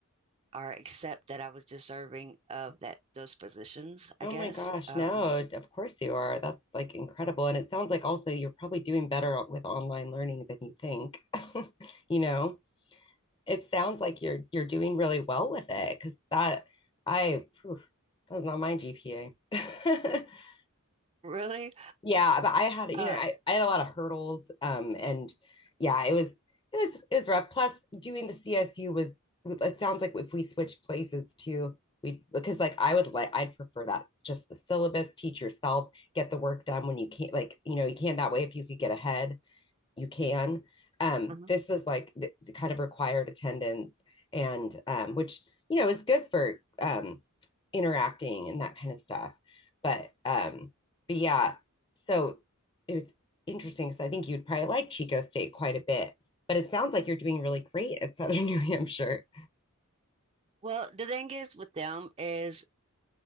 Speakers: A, on the right; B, on the left.
A: or accept that I was deserving of that those positions, I
B: Oh
A: guess.
B: my gosh,
A: Um,
B: no, of course you are. That's like incredible. And it sounds like also you're probably doing better with online learning than you think. <laughs> You know, it sounds like you're you're doing really well with it because that I phew, that was not my GPA. <laughs>
A: really?
B: yeah, but I had, you
A: Uh,
B: know, I, I had a lot of hurdles. Um, and yeah, it was, it was, it was rough. Plus doing the CSU was, it sounds like if we switched places too, we, because like I would like, I'd prefer that just the syllabus, teach yourself, get the work done when you can't, like, you know, you can that way if you could get ahead you can. Um,
A: uh-huh.
B: this was like the, the kind of required attendance, and um, which you know is good for um, interacting and that kind of stuff. But um, but yeah, so it was interesting because I think you'd probably like Chico State quite a bit. But it sounds like you're doing really great at Southern <laughs> New Hampshire.
A: Well, the thing is with them is